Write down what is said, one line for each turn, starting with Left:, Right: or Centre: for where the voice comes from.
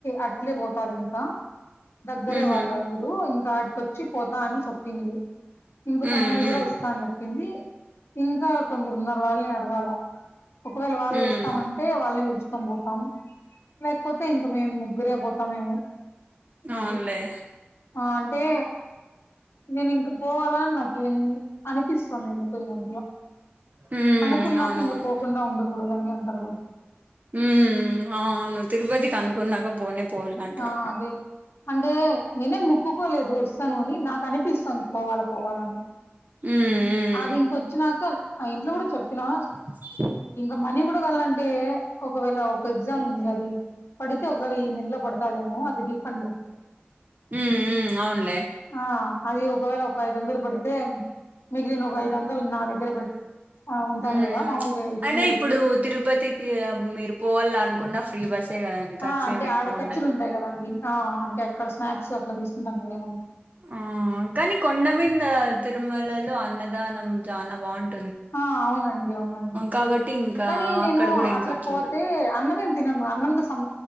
Left: అట్లే పోతది ఇంకా దగ్గరే
Right: ఉహు
Left: వాళ్ళరు ఇప్పుడు ఇంకాడికొచ్చి పోతా అని చెప్పింది ఇంకొక
Right: ఉమ్
Left: అమ్మాయి కూడా
Right: ఉమ్
Left: వస్తాను చె ఏంది ఇంకా కొందరు ఉన్నారు వాళ్ళని అడగాల ఒకవేళ వాళ్ళు
Right: ఉమ్
Left: వస్తామంటే అే వాళ్ళని పిలుచుకొని పోతాం లేకపోతే ఇంక మేము ముగ్గురే పోతామేమో మె
Right: అవునులే
Left: బి ఆ అంటే నేను ఇంక పోవాలాని నాకు ఏం అనిపిస్తుంది ఎందుకు పోయి మద్య
Right: ఉమ్
Left: అనుకున్నాక
Right: అవునవును
Left: ఇంగా పోకుండా ఉండకూడదని అంటారు
Right: ఉం అవును తిరుపతికి అనుకున్నాక పోనే పోవాలంటారు
Left: ఆ అదే అంటే నేనే ముక్కుకోలేదు వస్తాను అని నాకు అనిపిస్తుంది పోవాల పోవాలని
Right: ఉమ్ ఉమ్
Left: అది ఇంకొచ్చినాక ఆ ఇంట్లో కూడా చెప్పినా
Right: స
Left: ఇంకా మనీ కూడా కలంటే ఒకవేళ ఒక ఎగ్జామ్ ఉంది అది పడితే ఒకళ ఈ నెల ఆ అదిమో రిఫండ్
Right: ఉమ్ ఉమ్ అవునులే
Left: ఆ అది ఒకవేళ ఒక ఐదు వందలు పడితే మిగిలిన ఒక ఐదు వందలు నా దగ్గరే పెట్ ఆ ఉంటాది
Right: హ్మ్
Left: కదా మాముూలుగా ఇచ్చింది
Right: అయినా ఇప్పుడు తిరుపతికి మీరు పోవాల అనుకున్న ఫ్రీ బస్సే కదండి ఖర్చు
Left: ఆ అంటే
Right: ఏమి ఎక్కువ
Left: ఆడ ఖర్చులు
Right: ఉండదు
Left: ఉంటాయి కదండి ఆ అంటే అక్కడ స్నాక్స్ అట్లా తీసుకుంటాం కదా ఏమ
Right: ఆ కాగానీ కొండమీద తిరుమలలో అన్నదానం చాలా బాగుంటు
Left: ఆ అవునండి అవునండి
Right: కాబట్టి ఇంకా
Left: కానీ నేను
Right: అక్కడ కూడా ఏం
Left: అట్లా
Right: ఖర్చు
Left: పోతే
Right: ఉండదు
Left: అన్నమ తినము అన్నంత సమ